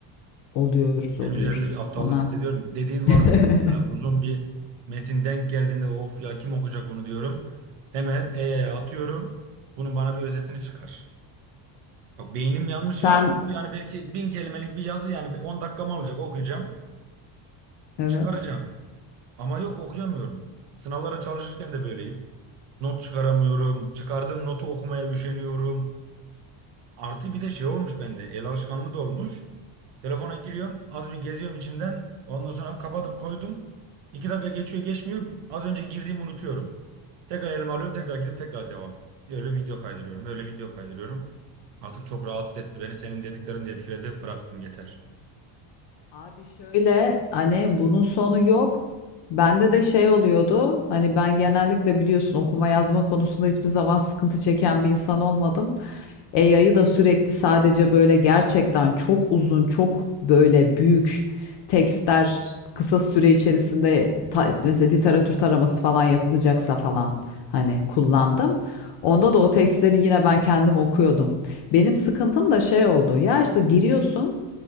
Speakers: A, on the left; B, on the right.
A: oluyoruz
B: Ben
A: oluyoruz
B: üzerimde bir aptallık
A: ona.
B: hissediyorum. Dediğin
A: <laughs>
B: var bende mesela uzun bir metin denk geldiğinde of ya kim okuyacak bunu diyorum. Hemen AI'ya atıyorum. Bunun bana bir özetini çıkar. Bak beynim yanmış
A: Sen
B: ya. Halbuki Yani belki bin kelimelik bir yazı yani bir 10 dakikam olacak okuyacağım.
A: evet.
B: Çıkaracağım. Ama yok okuyamıyorum. Sınavlara çalışırken de böyleyim. Not çıkaramıyorum. Çıkardığım notu okumaya üşeniyorum. Artı bir de şey olmuş bende. El alışkanlığı da olmuş. Telefona giriyorum. Az bir geziyorum içinden. Ondan sonra kapatıp koydum. İki dakika geçiyor geçmiyor. Az önce girdiğimi unutuyorum. Tekrar elime alıyorum. Tekrar girip tekrar devam. Öyle video kaydırıyorum. Öyle video kaydırıyorum. Artık çok rahatsız etti beni. Senin dediklerin de etkiledi. Bıraktım yeter.
A: Abi şöyle hani bunun sonu yok. Bende de şey oluyordu. Hani ben genellikle biliyorsun okuma yazma konusunda hiçbir zaman sıkıntı çeken bir insan olmadım. AI'yı da sürekli sadece böyle gerçekten çok uzun, çok böyle büyük tekstler kısa süre içerisinde ta- mesela literatür taraması falan yapılacaksa falan hani kullandım. Onda da o tekstleri yine ben kendim okuyordum. Benim sıkıntım da şey oldu. Ya işte giriyorsun